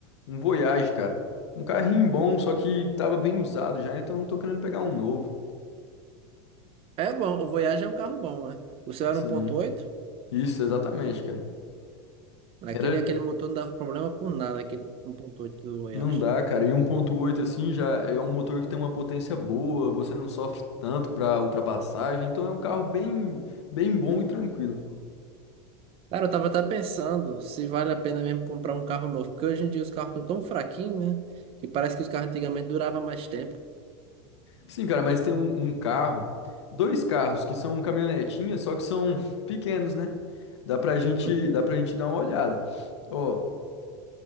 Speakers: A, on the left; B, on the right.
A: um Voyage, cara. Um carrinho bom, só que tava bem usado já, então eu tô querendo pegar um novo.
B: É bom, o Voyage é um carro bom, né? O seu era
A: Sim.
B: um ponto oito.
A: Isso, exatamente, cara.
B: Aquele,
A: Era
B: aquele motor não dava problema por nada, aquele um ponto oito do Voyage.
A: não dá, cara. E um ponto oito assim já é um motor que tem uma potência boa, você não sofre tanto pra ultrapassagem, então é um carro bem bem bom e tranquilo.
B: Cara, eu tava até pensando se vale a pena mesmo comprar um carro novo, porque hoje em dia os carros estão tão fraquinhos, né? Que parece que os carros antigamente duravam mais tempo.
A: Sim, cara, mas tem um, um carro, dois carros que são caminhonetinhas, só que são pequenos, né? Dá pra gente,
B: Hum,
A: dá pra gente dar uma olhada. Ó,